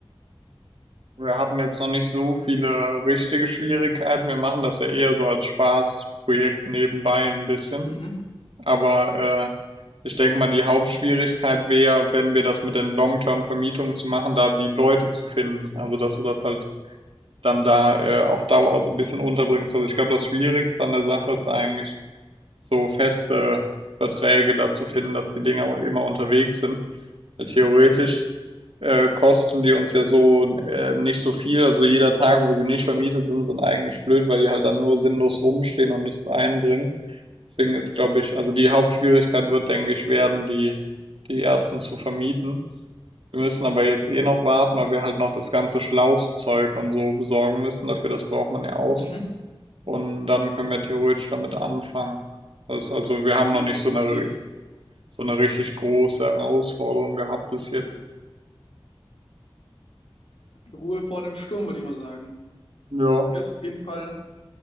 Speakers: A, on the right; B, on the left.
A: wir hatten jetzt noch nicht so viele richtige Schwierigkeiten. Wir machen das ja eher so als Spaßprojekt nebenbei ein bisschen.
B: Mhm.
A: Aber äh, ich denke mal, die Hauptschwierigkeit wäre, wenn wir das mit den Long-Term-Vermietungen zu machen, da die Leute zu finden. Also, dass du das halt dann da äh, auf Dauer so ein bisschen unterbringst. Also ich glaube, das Schwierigste an der Sache ist eigentlich, so feste Verträge dazu finden, dass die Dinger immer unterwegs sind. Weil theoretisch äh, kosten die uns ja so äh, nicht so viel. Also jeder Tag, wo sie nicht vermietet sind, sind eigentlich blöd, weil die halt dann nur sinnlos rumstehen und nichts einbringen. Deswegen ist, glaube ich, also die Hauptschwierigkeit wird, denke ich, werden, die, die ersten zu vermieten. Wir müssen aber jetzt eh noch warten, weil wir halt noch das ganze Schlauchzeug und so besorgen müssen. Dafür, das braucht man ja auch.
B: Mhm.
A: Und dann können wir theoretisch damit anfangen. Das, also wir haben
B: Ja,
A: noch nicht
B: definitiv.
A: so eine, ri- so eine richtig große Herausforderung gehabt bis jetzt.
B: Ruhe vor dem Sturm, würde ich mal sagen.
A: Ja,
B: Ja, ist auf jeden Fall eine